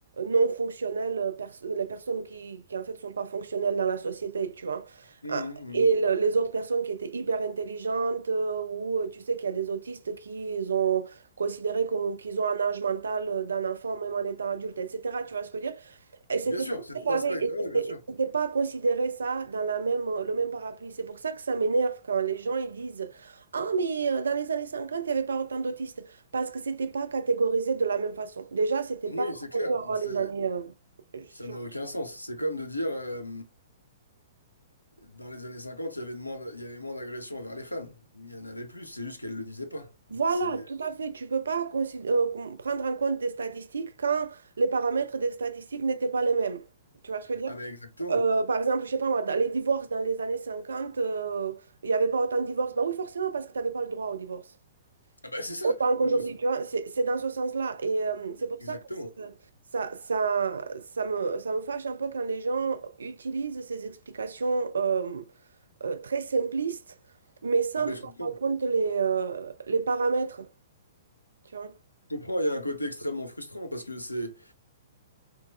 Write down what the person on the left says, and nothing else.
Mmh,
mmh,
mmh.
Bien sûr,
c'est
tout un spectre,
ouais,
bien sûr.
Oui,
c'est clair.
C'est-
Ça n'a aucun sens. C'est comme de dire, euh, dans les années 50, il y avait de moins, de- il y avait moins d'agressions envers les femmes. Il y en avait plus, c'est juste qu'elles ne le disaient pas.
C'est...
Ah
ben exactement.
Ah ben c'est ça.
Ou-
Exactement.
Ah ben
je comprends.
Je comprends, il y a un côté extrêmement frustrant parce que c'est...